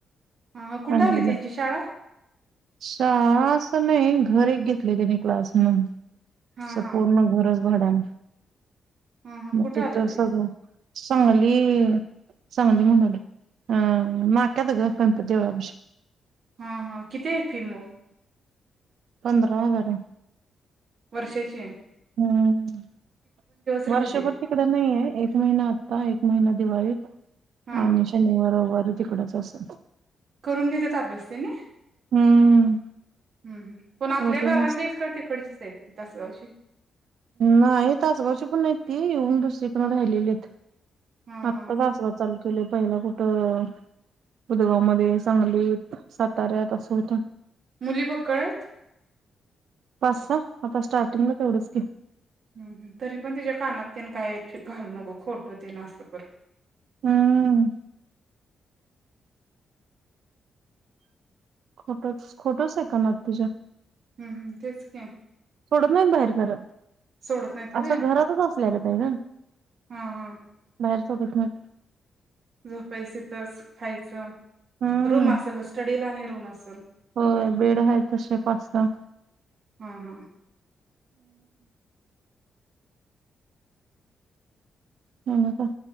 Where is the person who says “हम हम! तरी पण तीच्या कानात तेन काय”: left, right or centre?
Right